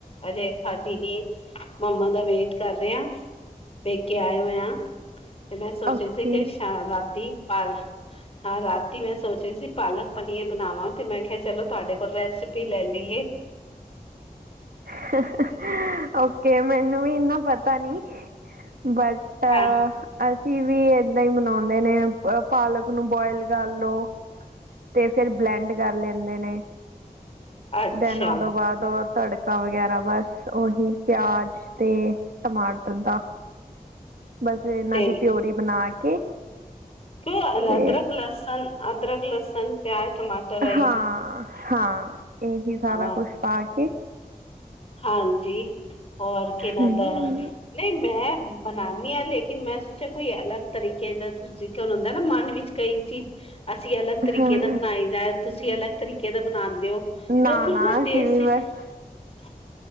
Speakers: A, on the left; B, on the right.
A: ਅਜੇ ਖਾਦੀ ਜੀ ਮਾਮਾ ਦਾ ਵੇਟ ਕਰ ਰਹੇ ਆਂ ਪੇਕੇ ਆਏ ਹੋਏ ਆਂ। ਪ ਸੋਚੇ
B: ਓਕੇ
A: ਸੀ ਕਿ ਹਾਂ ਰਾਤੀ ਪ ਹਾਂ ਰਾਤੀ ਮੈਂ ਸੋਚ ਰਹੀ ਸੀ ਪਾਲਕ ਪਨੀਰ ਬਣਾਵਾਂ। ਤੇ ਮੈਂ ਕਿਹਾ ਚਲੋ ਤੁਹਾਡੇ ਕੋਲ ਰੈਸਪੀ ਲੈ ਲਈਏ।
B: <inaudible> ਓਕੇ ਮੈਨੂੰ ਵੀ ਇੰਨਾ ਪਤਾ ਨੀ ਬਟ ਟ
A: ਹਾਂ
B: ਅਸੀਂ ਵੀ ਏਦਾਂ ਹੀ ਬਨਾਉਂਦੇ ਨੇ ਪਾਲਕ ਨੂੰ ਬੋਆਇਲ ਕਰ ਲਓ। ਤੇ ਫਿਰ ਬਲੈਂਡ ਕਰ ਲੈਂਦੇ ਨੇ
A: ਅੱਛਾ
B: ਦੈਨਾ ਤੋ ਉਹਦੋਂ ਬਾਅਦ ਤੜਕਾ ਵਗੈਰਾ ਬਸ ਓਹੀ ਪਿਆਜ ਤੇ ਟਮਾਟਰ ਦਾ ਬਸ ਇਹਨਾਂ
A: ਤੇ
B: ਦੀ ਪਿਓਰੀ ਬਣਾ ਕੇ
A: ਕਿ
B: ਤੇ
A: ਅਦਰਕ ਲਸਣ ਅਦਰਕ ਲਸਣ ਪਿਆਜ ਟਮਾਟਰ ਆਈ
B: ਹਾਂ- ਹਾਂ ਇਹੀ ਸਾਰਾ
A: ਹਾਂ
B: ਕੁਛ ਪਾ ਕੇ
A: ਹਾਂਜੀ ਹੋਰ ਕਿਹਨਾਂ
B: ਹਮ
A: ਦਾ ਨਹੀਂ ਮੈਂ ਬਣਾਣੀ ਹਾਂ ਲੇਕਿਨ ਮੈਂ ਸੋਚਿਆ ਕੋਈ ਅਲੱਗ ਤਰੀਕੇ ਦਾ ਤੁਸੀ ਕ ਹੁੰਦਾ ਨਾ ਮਨ ਵਿੱਚ ਕਈ ਚੀਜ਼ ਅਸੀਂ ਅਲੱਗ ਤਰੀਕੇ
B: ਹਾਂ
A: ਦਾ ਬਣਾਈ ਦਾ ਤੁਸੀਂ ਅਲੱਗ ਤਰੀਕੇ ਦਾ ਬਣਾਂਦੇ ਓ।
B: ਨਾ
A: ਤੇ ਉਹ ਫਿਰ
B: ਨਾ
A: ਟੇਸਟ
B: ਅਸੀਂ ਵੀ ਬਸ
A: 'ਚ